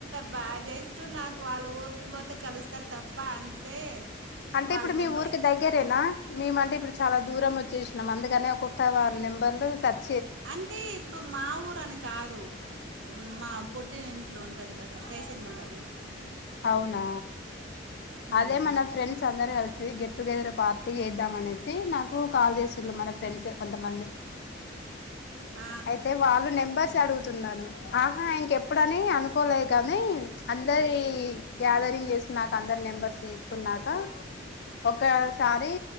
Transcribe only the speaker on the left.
అంటే
ఇప్పుడు
మీ ఊరికి దగ్గరేనా మేము అంటే ఇప్పుడు చాలా దూరం వచ్చేసినాం అందుకని ఒక మిగతా వా నెంబర్లు సర్
అవునా
అదే మన ఫ్రెండ్స్ అందరు కల గెట్ టుగెదర్ పార్టీ చేేద్దాం అనేసి నాకు కాల్ చేసిళ్ళు మన ఫ్రెండ్సే కొంతమంది
అయితే వాళ్ళు నెంబర్స్ అడుగుతున్నారు ఆహా ఇంకెప్పుడని అనుకోలేదు కానీ అ అందరి గ్యాదరింగ్ చేసుకున్నాక అందరి నెంబర్స్ తీసుకున్నాక ఒకసారి